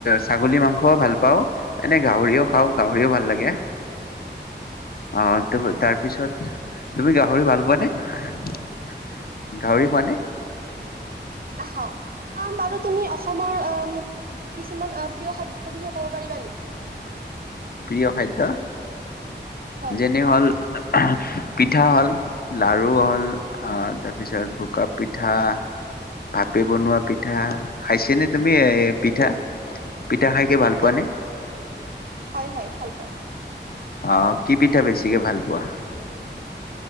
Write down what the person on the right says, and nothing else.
নাখাওঁ আ বাৰু তুমি অসমৰ কিছুমান প্ৰিয় খাদ্যৰ বিষয়ে ক'ব পাৰিবা নেকি?
হয়
হয়
হয় হয় ভাল পাওঁ।